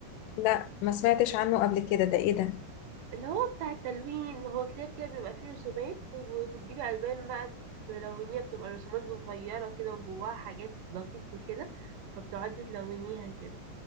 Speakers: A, on the left (about 80°); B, on the right (about 80°).
A: لا ما سمعتش عنه قبل كده ده إيه ده
B: اللي هو بتاع التلوين هو كتاب كده بيبقى فيه رسومات وبتجيبي ألوان بقى تلونيها بتبقى رسومات صغيرة كده وجواها حاجات دقيقة كده فبتقعدي تلونيها كده